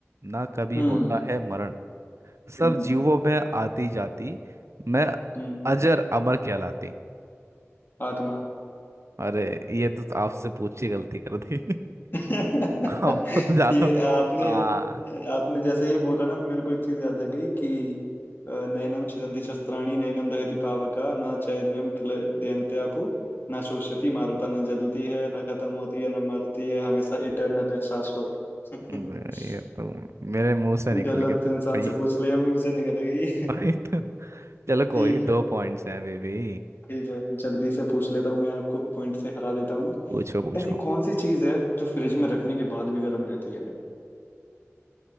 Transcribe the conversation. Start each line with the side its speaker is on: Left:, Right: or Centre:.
Right: ना कभी
Left: हम्म
Right: होता है मरण सब
Left: हम्म
Right: जीवों में आती जाती मैं
Left: हम्म
Right: अजर अमर कहलाती
Left: आत्मा
Right: अरे ये तो आपसे पूछ के गलती कर दी
Left: <laughs>
Right: <laughs> आप तो, तो ज्यादा
Left: ये आपने
Right: हाँ
Left: आपने जैसे ये बोला ना तो मेरे को एक चीज याद आ गई कि अ, नैनम छिदन्ति शस्त्राणि नैनम दहति पावका न चैनम क्लेदयन्ते आपो न शोषयति मारुता न जलती है न खत्म होती है न मरती है हमेशा इटर्नल है शाश्वत है।
Right: ये
Left: <laughs>
Right: तो मेरे मुंह से निकल
Left: गलत
Right: के
Left: तो
Right: भैया
Left: इंसान से पूछ लिया मैं उसे निकल गई <laughs>
Right: अरे तो चलो कोई
Left: ठीक
Right: नहीं, दो
Left: है
Right: पॉइंट्स हैं बेबी
Left: ठीक है जल्दी से पूछ लेता हूँ मैं आपको पॉइंट से हरा देता हूँ
Right: पूछो पूछो
Left: ऐसी कौन सी चीज है जो फ्रिज में रखने के बाद भी गर्म रहती है